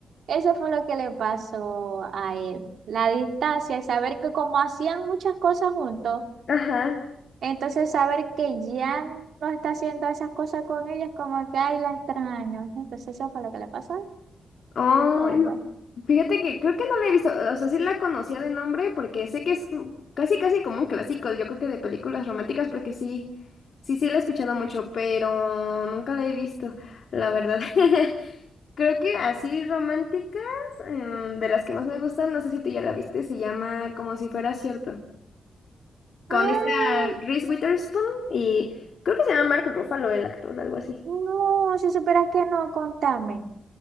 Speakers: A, on the right; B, on the left.
A: Eso fue lo que le pasó a él. La distancia y saber que como hacían muchas cosas juntos,
B: Ajá.
A: entonces saber que ya no está haciendo esas cosas con ella es como que, ay, la extraño. Entonces eso fue lo que le pasó. a él.
B: Oh,
A: Bueno.
B: no. Fíjate que creo que no la he visto. O sea, sí la conocía de nombre porque sé que es como- casi, casi como un clásico, yo creo que de películas románticas, porque sí, sí, sí la he escuchado mucho, pero nunca la he visto, la verdad. <laughs> Creo que así románticas, em, de las que más me gustan, no sé si tú ya la viste, se llama Como si fuera cierto, con
A: Ah,
B: esta Reese Witherspoon y creo que se llama Mark Ruffalo el actor, algo así.
A: no, si supieras que no, contame.